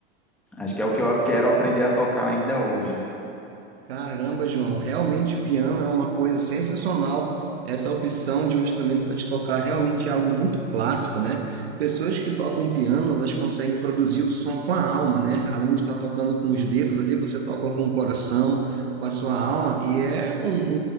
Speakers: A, in the centre; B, on the right.
A: Acho que é o que eu quero aprender a tocar ainda hoje.
B: Caramba, João, realmente piano é uma coisa sensacional. Essa opção de um instrumento para te tocar realmente é algo muito clássico, né? Pessoas que tocam piano, elas conseguem produzir o som com a alma, né? Além de estar tocando com os dedos ali, você toca com o coração, com a sua alma, e é um,